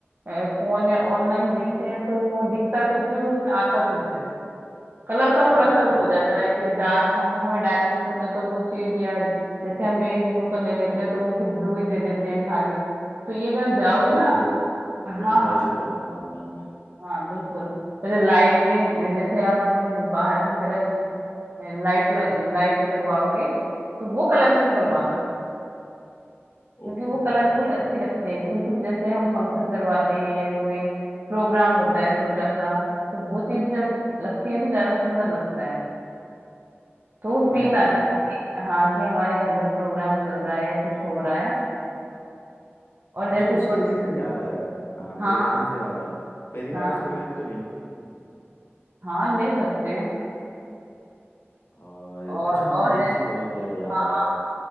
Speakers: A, on the right; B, on the left.
A: फोन या ऑनलाइन देखते हैं तो वो दिखता कुछ है और उसमें आता कुछ है कलर का
B: हाँ
A: थोड़ा सा वो
B: ये
A: हो
B: तो
A: जाता
B: मसला
A: है कि
B: है।
A: डार्क हमें हमें डार्क पसंद है तो वो चीज या जैसे हम नेवी ब्लू का ले लेते हैं तो वो फिर ब्लू ही दे देते हैं खाली तो ये अगर जाओगे
B: हाँ
A: ना
B: यार
A: आप
B: वो
A: हाँ
B: वो थोड़ा
A: हाँ
B: इशू रहता है ऑनलाइन में
A: हाँ बिल्कुल और जो लाइटें जैसे आप बाहर की तरफ लाइट लग लाइट लगवाओगे तो वो कलरफुल करवाना
B: हम्म
A: क्योंकि
B: Okay
A: वो
B: okay
A: कलरफुल
B: okay
A: अच्छी लगती है क्योंकि कुछ जैसे हम फंक्शन करवाते हैं या कोई प्रोग्राम होता है छोटा सा तो वो चीज जब लगती है तो ज्यादा सुंदर लगता है तो वो
B: हाँ
A: फील
B: यार
A: आता
B: ये
A: है
B: तो है
A: कि हाँ कि हमारे घर में प्रोग्राम चल रहा है या कुछ हो रहा है और
B: अच्छा
A: जैसे
B: उसके
A: छोटे
B: लिए फिर याद आया
A: हाँ
B: प्रोग्राम
A: हाँ
B: से याद आया फेरी लाइट्स
A: हाँ
B: वगैरह भी तो लेनी पड़ेगी
A: हाँ ले सकते हैं
B: और
A: और
B: अच्छा हाँ
A: और
B: एक
A: जैसे
B: चीज़ और या, याद
A: हाँ
B: आया
A: हाँ